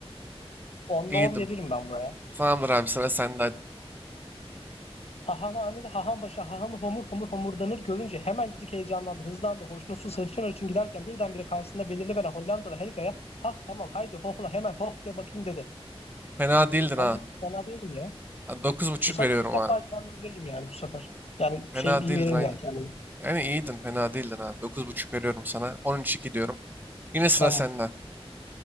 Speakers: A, on the left; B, on the right.
A: Onda
B: İyiydim.
A: on veririm ben buraya.
B: Tamamdır abi sıra sende hadi.
A: Hahamhanede haham başa hahamı homur homur homurdanır görünce hemencik heyecanlandı, hızlandı, hoşnutsuz hırçın hırçın giderken birdenbire karşısında belirli veren Hollandalı Helga'ya hah tamam haydi hohla hemen hoh de bakayım dedi.
B: Fena değildin
A: Bence
B: ha.
A: fena değilim ya.
B: dokuz buçuk
A: Bu sefer
B: veriyorum
A: ilk defa
B: abi.
A: kendimi veririm yani bu sefer. Yani şey
B: Fena
A: iyi
B: değildin
A: veririm
B: aynen.
A: yani. kendimi.
B: Yani iyiydin, fena değildin abi. Dokuz buçuk veriyorum sana. on üç iki diyorum. Yine sıra
A: Tamam.
B: sende.